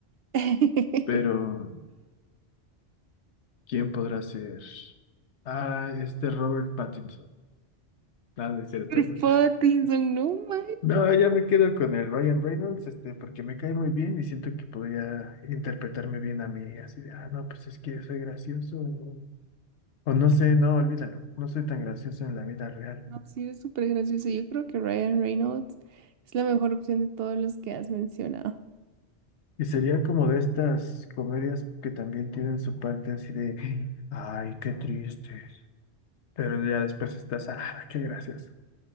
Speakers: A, on the right; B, on the left.
A: <laughs>
B: pero ¿quién podrá ser? Ah, este Robert Pattinson. Nada, es cierto.
A: Chris
B: ¿no?
A: Pattinson, no man.
B: No, ya me quedo con el Ryan Reynolds, este, porque me cae muy bien y siento que podría interpretarme bien a mí, así de, ah, no, pues es que soy gracioso, o, o no sé, no, olvídalo, no soy tan gracioso en la vida real.
A: No, sí, es súper gracioso. Yo creo que Ryan Reynolds es la mejor opción de todos los que has mencionado.
B: Y sería como de estas comedias que también tienen su parte así de, ay, qué tristes, pero ya después estás, ah, qué gracioso.